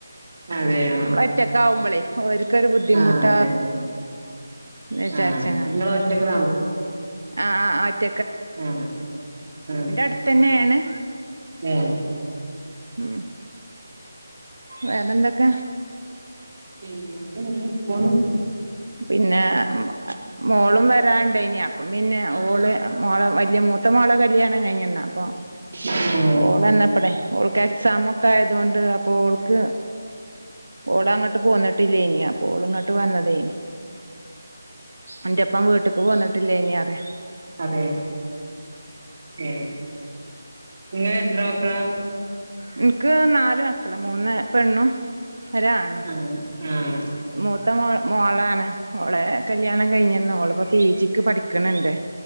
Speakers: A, on the right (about 35°); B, on the right (about 90°).
A: അതെയോ
B: നമ്മൾ ഒറ്റക്കെ ആവുമ്പോളേ ക്കൊരു ബുദ്ധിമുട്ട
A: ആഹ് അതെ അതെ
B: നേ വിചാരിച്ചങ്ങാണ്ട്
A: ആഹ് നിങ്ങള് ഒറ്റക്ക്
B: ആ ആ അ ഒറ്റ
A: ആഹ ആ
B: അടുത്തന്നേണ്
A: ആഹ
B: ഉം വേറെ എന്തൊെ ക്ക
A: എന്നും ഇങ്ങനെപോണു
B: പിന്നെ മോളും വരാണ്ട ഇനി അപ്പം പിന്നെ ഓള് മോളം വലിയ മൂ ത്ത മോള കല്യാണം കഴിഞ്ഞന്ന അപ്പൊ
A: ആഹ്
B: ഓളന്നപ്പളേ ഓൾക്ക് എക്സാാം ഒക്കെ ആയതൊണ്ട് അപ്പോ അവഓൾക്ക് ഓൾ അങ്ങോട്ട് പോന്നിട്ടില്ലേ ഇനി അപ്പോ ഓൾ ഇങ്ങോട്ട് വന്നതേ ഇനി അന്റെപ്പം വീട്ടക്ക് പോന്നിട്ടില്ലേ നി അറ
A: അതെയ ഏ നിങ്ങളെ എത്ര മക്കള
B: എനിക്ക് നാല്മക്കള് മൂന്ന് പെണ്ണും ഒരാണും
A: ആഹ് ആഹ്
B: മൂ ത്ത മോളാണ് മോളെ കല്യാണം കഴിഞ്ഞന്ന ഒളിപ്പോ പി ജിക്ക് പഠിക്കണണ്ട്